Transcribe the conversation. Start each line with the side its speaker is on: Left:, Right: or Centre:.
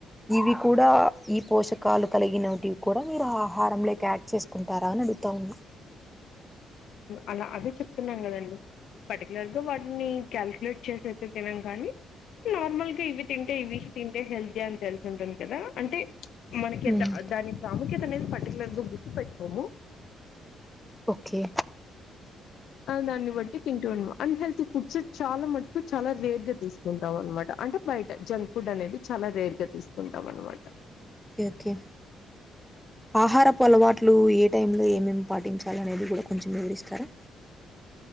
Centre: ఇవి కూడా ఈ పోషకాలు కలిగినటివి కూడా మీరు ఆహారం లేక యాడ్ చేసుకుంటారా అని అడుగుతా ఉన్నా
Left: అలా అదే చెప్తున్నాం కదండి పటి ర్గ వాటిని క్యాలుక్యులేట్ చేసైతే తినం కానీ నార్మల్ ఇవి తింటే ఇవిష్ తింటే హెల్ యంతె ఉంటుంది కదా అంటే మనకి
Centre: ఉమ్
Left: దాని ప్రాముఖ్యత అనేది పర్టికులర్ గా గుర్తుపెట్ <unintelligible>
Centre: ఓకే
Left: దాన్ని బట్టి తింటూ అన్ హెల్తీ ఫుడ్స్ చాలా మటుకు చాలా రేర్గా తీసుకుంటాం అనమాట అంటే బయట జంక్ ఫుడ్ అనేది చాలా రేర్ గా తీసుకుంటాం అనమాట
Centre: ఓకే ఓకే ఆహారపు అలవాట్లు ఏ టైంలో ఏమేమి పాటించాలి అనేది కూడా కొంచెం వివరిస్తారా